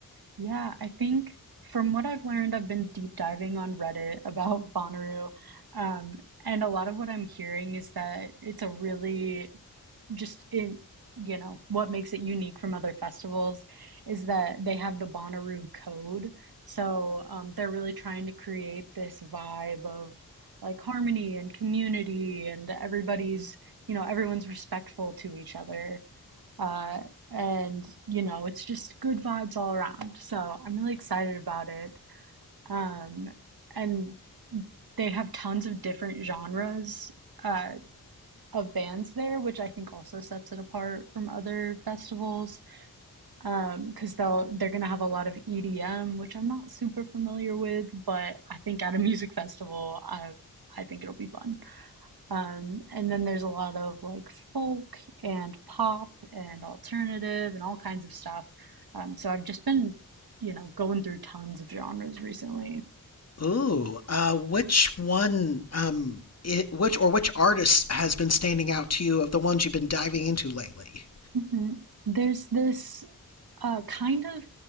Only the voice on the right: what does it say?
Yeah, I think from what I've learned, I've been deep diving on Reddit <laughs> about Bonnaroo, um, and a lot of what I'm hearing is that it's a really just in you know what makes it unique from other festivals is that they have the Bonnaroo code. So um, they're really trying to create this vibe of like harmony and community, and everybody's you know everyone's respectful to each other, uh, and you know it's just good vibes all around. So I'm really excited about it, um, and they have tons of different genres. Uh, of bands there, which I think also sets it apart from other festivals. because Um, cause they'll, they're gonna have a lot of EDM, which I'm not super familiar with, but I think at a <laughs> music festival, I, I think it'll be fun. Um, and then there's a lot of like folk and pop and alternative and all kinds of stuff. Um, so I've just been, you know, going through tons of genres recently.
Mhm. There's this uh, kind of,